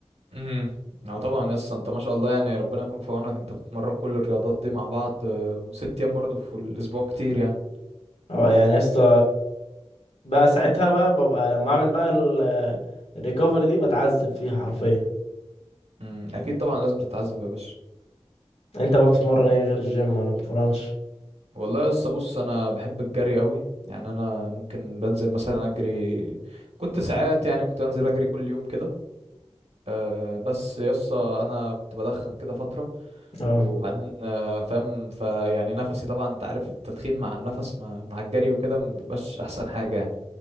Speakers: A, on the right (about 75°); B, on the left (about 70°).
A: امم اه طبعا يس انت ما شاء الله يعني ربنا يكون في عونك انت بتتمرن كل الرياضات دي مع بعض آه، وست ايام برضه في الاسبوع كتير يعني
B: اه يعني يا اسطى بقى ساعتها بقى ببقى لما اعمل بقى ال- الريكفري دي بتعذب فيها حرفيا
A: امم اكيد طبعا لازم تتعذب يا باشا
B: انت بقى بتتمرن ايه غير الجيم ولا مبتتمرنش
A: والله يس بص انا بحب الجري قوي يعني انا ممكن بنزل مثلا اجري كنت ساعات يعني كنت بنزل اجري كل يوم كده آه، بس يس انا كنت بدخن كده فترة
B: اه
A: وبعدين آه، فاهم فيعني نفسي طبعا انت عارف التدخين مع النفس مع مع الجري وكده مبيبقاش احسن حاجة يعني